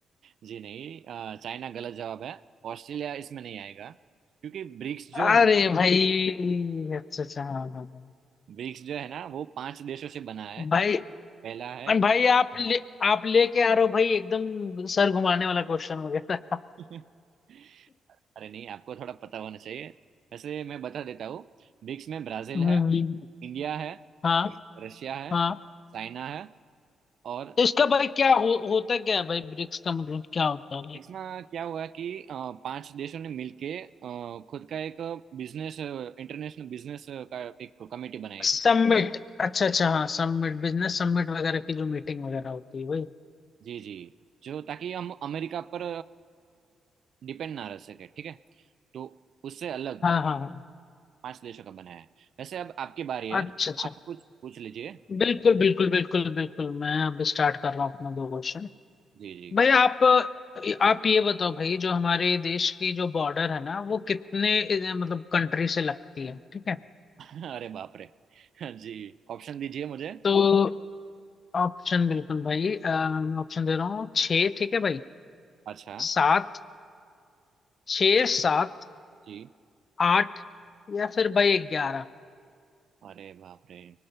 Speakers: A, on the right; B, on the left.
A: जी नहीं अ, चाइना गलत जवाब है ऑस्ट्रेलिया इसमें नहीं आएगा क्योंकि ब्रिक्स जो
B: अरे
A: है
B: भाई अच्छा अच्छा हाँ हाँ हाँ
A: ब्रिक्स जो है ना वो पांच देशों से बना है
B: भाई
A: पहला है
B: भाई आप ले
A: हाँ
B: आप लेके आ रहे हो भाई एकदम सर घुमाने वाला क्वेश्चन वगैरह
A: <laughs> अरे नहीं आपको थोड़ा पता होना चाहिए वैसे मैं बता देता हूँ ब्रिक्स में ब्राजील
B: हम्म
A: है
B: हम्म,
A: इंडिया है
B: हाँ
A: रशिया है
B: हाँ
A: चाइना है और
B: तो इसका भाई क्या हो, होता क्या है भाई ब्रिक्स का मतलब क्या होता है लाइक
A: इसमें क्या हुआ कि अ, पांच देशों ने मिलके अ, खुद का एक बिजनेस इंटरनेशनल बिजनेस का एक कमेटी बनाई
B: समिट
A: थी
B: अच्छा अच्छा हाँ समिट बिजनेस समिट वगैरह की जो मीटिंग वगैरह होती है भाई
A: जी जी जो ताकि हम अमेरिका पर डिपेंड ना रह सके ठीक है तो उससे अलग
B: हाँ हाँ हाँ
A: पांच देशों का बनाया है वैसे अब आपकी बारी है
B: अच्छा अच्छा
A: आप कुछ पूछ लीजिए
B: बिल्कुल बिल्कुल बिल्कुल बिल्कुल मैं अब स्टार्ट कर रहा हूँ अपना दो क्वेश्चन
A: जी जी
B: भाई आप आप ये बताओ भाई जो हमारे देश की जो बॉर्डर है ना वो कितने अ, मतलब कंट्री से लगती है ठीक है
A: <laughs> अरे बाप रे <laughs> जी ऑप्शन दीजिए मुझे
B: तो ऑप्शन बिल्कुल भाई अ, मैं ऑप्शन दे रहा हूँ छः ठीक है भाई
A: अच्छा
B: सात छः सात
A: जी
B: आठ या फिर भाई ग्यारह
A: अरे बाप रे